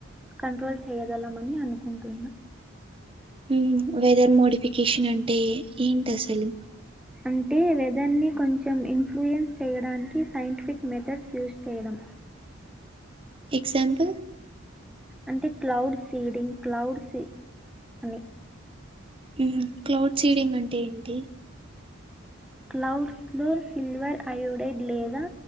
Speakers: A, in the centre; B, on the right.
A: కంట్రోల్ చేయగలాం అని అనుకుంటున్నా
B: ఉమ్ వెదర్ మోడిఫికేషన్ అంటే ఏంటి అసలు
A: అంటే వెదర్ని కొంచెం ఇన్ఫ్లుయెన్స్ చేయడానికి సైంటిఫిక్ మెథడ్స్ యూస్ చేయడం
B: ఎగ్జాంపల్
A: అంటే క్లౌడ్ సీడింగ్ క్లౌడ్ సీ అని
B: ఉహు క్లౌడ్ సీడింగ్ అంటే ఏంటి
A: క్లౌడ్స్ లో సిల్వర్ అయోడైడ్ లేదా